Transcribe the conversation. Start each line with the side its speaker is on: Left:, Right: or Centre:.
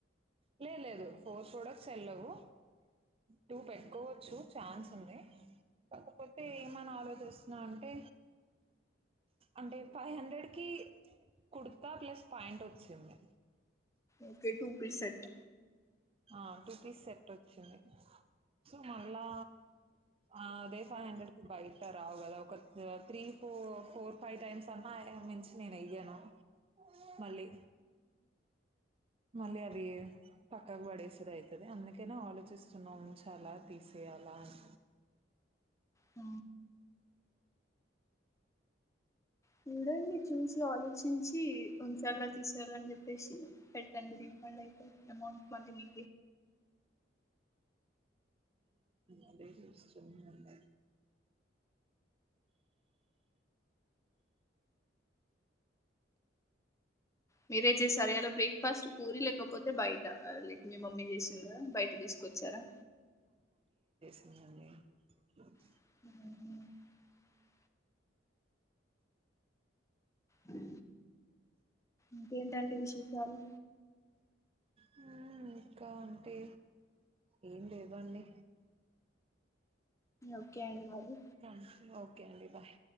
Right: లే లేదు ఫోరై ప్రోడక్స్ ఎల్లవు టూ పెట్కోవచ్చు ఛాన్స్ ఉంది కాకపోతే ఏమని ఆలోచిస్తున్నా అంటే అంటే ఫైవ్ హండ్రెడ్ కి కుడ్తా ప్లస్ పాయింట్ వచ్చింది
Left: ఓకే టూ పీసెట్
Right: ఆ టూ పీస్ సెట్ వచ్చింది సో మళ్ళా అదే ఫైవ్ హండ్రెడ్ కి బయట రావు కదా ఒక త్రీ ఫో ఫోర్ ఫైవ్ టైమ్స్ అన్నా మించి నేను ఎయ్యాను మళ్ళి మళ్ళీ అది పక్కకు పడేసేదవుతది అందుకైనా ఆలోచిస్తున్నా ఉంచాలా తీసేయాలా అని
Left: ఆ చూడండి చూసి ఆలోచించి ఉంచాల తీసెయలని చెప్పేసి పెట్టండి రీఫండ్ అయి అమౌంట్ మళ్ళి మీ
Right: అదే చూస్తున్నా
Left: మీరే చేసార ఇయలా బ్రేక్ఫాస్ట్ పూరి లేకపోతే బయట లైక్ మీ మమ్మీ చేసిందా బయట తీసుకొచ్చారా
Right: గనె
Left: అహ అ ఇంకేంటండి విశేష జాలు
Right: హు ఇంక అంటే ఏం లేదు వాన్ని
Left: ఓకే అండి మరి
Right: <inaudible> ఓకే అండి బాయ్